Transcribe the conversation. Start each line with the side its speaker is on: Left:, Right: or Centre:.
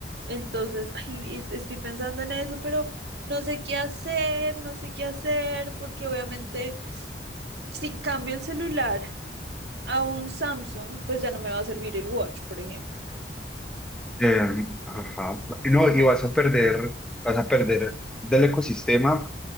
Right: Entonces, ay, es- estoy pensando en eso, pero no sé qué hacer, no sé qué hacer, porque obviamente si cambio el celular a un Samsung, pues ya no me va a servir el Watch, por ejemplo.
Centre: Eh, ajá. No, y vas a perder, vas a perder del ecosistema,